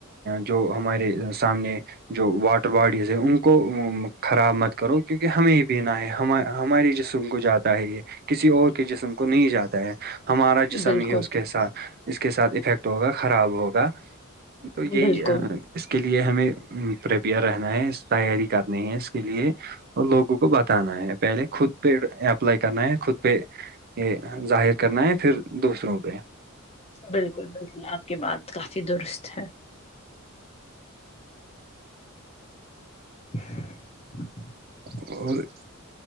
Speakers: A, on the right; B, on the left.
A: جو ہمارے سامنے جو واٹر باڈیز ہے ان کو خراب مت کرو کیونکہ ہمیں بینا ہے ہم ہمارے جسم کو جاتا ہے یہ کسی اور کے جسم کو نہیں جاتا ہے ہمارا جسم
B: بالکل
A: ہی اس کے ساتھ اس کے ساتھ افیکٹ ہوگا خراب ہوگا تو یہی
B: بالکل
A: اس کے لیے ہمیں پریپیئر رہنا ہے تیاری کا نہیں ہیں اس کے لیے اور لوگوں کو کو بتانا ہے پہلے خود پہ اپلائی کرنا ہے خود پہ یہ ظاہر کرنا ہے پھر دوسروں پہ
B: بالکل بالکل آپ کی بات کافی درست ہے <inaudible>
A: اور